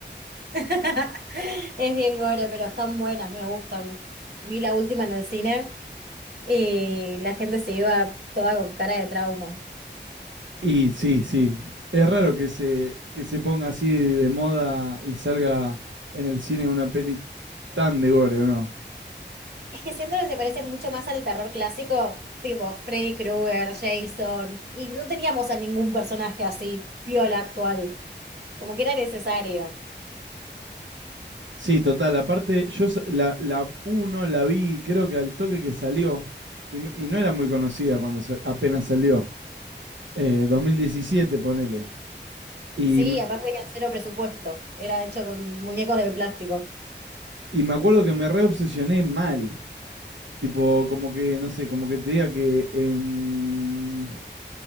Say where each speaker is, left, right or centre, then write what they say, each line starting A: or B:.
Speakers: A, on the right; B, on the right.
A: <laughs> Es bien gore, pero están buenas, me gustan. Vi la última en el cine. Y la gente se iba toda con cara de trauma.
B: Y sí, sí. Es raro que se, que se ponga así de moda y salga en el cine una peli tan de gore, ¿o no?
A: Es que siento que se parece mucho más al terror clásico, tipo Freddy Krueger, Jason, y no teníamos a ningún personaje así piola actual, como que era necesario.
B: Sí, total. Aparte, yo sa- la, la uno la vi, creo que al toque que salió, y, me- y no era muy conocida cuando sa- apenas salió. Eh, 2017, ponele. Y,
A: Sí,
B: m-
A: aparte que al cero presupuesto, era hecho con muñecos de plástico.
B: y me acuerdo que me reobsesioné mal. Tipo, como que, no sé, como que te diga que en